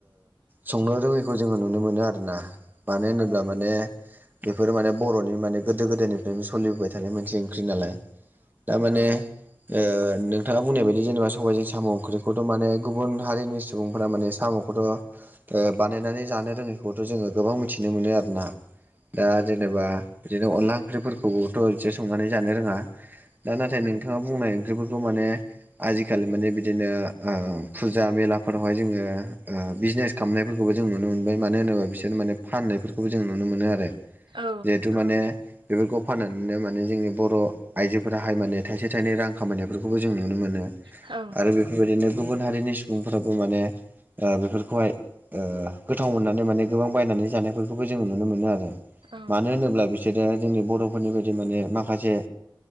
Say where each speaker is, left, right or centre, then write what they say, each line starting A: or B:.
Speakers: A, on the right; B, on the right.
A: संनो रोङैखौ जोङो नुनो मोनो। आरो आरोना मानो होनोब्ला माने बेफोर माने बर'नि माने गोदो गोदायनिफ्रायनो सोलिबोबाय थानाय मोनसे ओंख्रि नालाय दा माने ओ नोंथाङा बुंनाय बायदि जेनेबा सबायजों साम' ओंख्रिखौथ' माने गुबुन हारिनि सुबुंफोरा माने साम' खौथ' ओ बानायनानै जानो रोङैखौथ' जोङो गोबां मिथिनो मोनो आरोना। दा जेनेबा बिदिनो अनला ओंख्रिफोरखौबोथ' बिसोर संनानै जानो रोङा। दा नाथाय नोंथाङा बुंनाय ओंख्रिफोरखौ माने आजिखालि माने बिदिनो ओ फुजा मेलाफोरावहाय जोङो ओ बिजनेस खामनायफोरखौबो जों नुनो मोनबाय ।मानो होनोबा बिसोर माने फाननायफोरखौबो जों नुनो मोनो आरो
B: औ
A: जिहेथु माने बेफोरखौ फाननानैनो माने जोंनि बर' आइजोफोराहाय माने थाइसे थाइनै रां खामायनायफोरखौबो जों नुनो मोनो
B: औ औ
A: आरो बे बेबायदिनो गुबुन हारिनि सुबुंफ्राबो माने बेफोरखौहाय गोथाव मोननानै माने गोबां बायनानै जानायफोरखौबो जोंङो नुनो मोनो आरो।
B: औ
A: मानो
B: औ
A: होनोब्ला बिसोरो जोंनि बर'फोरनि बायदि माने माखासे